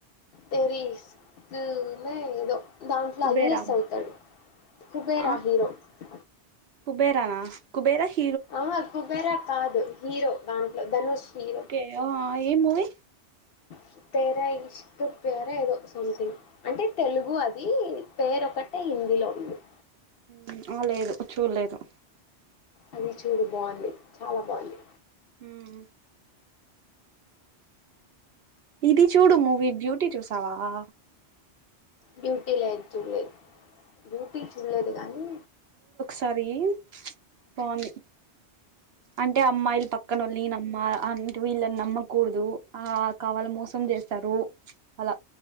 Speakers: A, on the left (about 65°); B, on the right (about 65°).
A: తెరిష్కు మేఏదో దాంట్లో
B: కుబేరా
A: ఐస్ అవుతాడు కుబేరా
B: ఆ
A: హీరో స్ట్
B: కుబేరానా కుబేరహి
A: అహ హా కుబేరా కాదు హీరో దాంట్లో ధనుష్ హీరో
B: ఓకే ఏ మూవీ
A: స్ తెర ఇష్క్ ప్యారా ఏదో సామ్థింగ్. అంటే తెలుగు అదిఈ పేరు ఒకటే హిందీలో ఉంది పే
B: హోమ్మ్ అ లేదు చూల్లెలేదు
A: అది చూడు బాగుంది, చాలా బాగుంది
B: మ్మ్ ఇది చూడు మూవీ బ్యూటీ చూసావాహా
A: బ్యూటీ లేదు, చూడలేదు బ్యూటీ చూడలేదు కానీ
B: సరీం త బహుంది అంటే అప్ అమ్మాయిల్ పక్కన ఉల్న్ అమ్మా అ వీళ్ళని నమ్మకూడదు ఆ కావాల మోసం చేస్తారు చ్చ అలా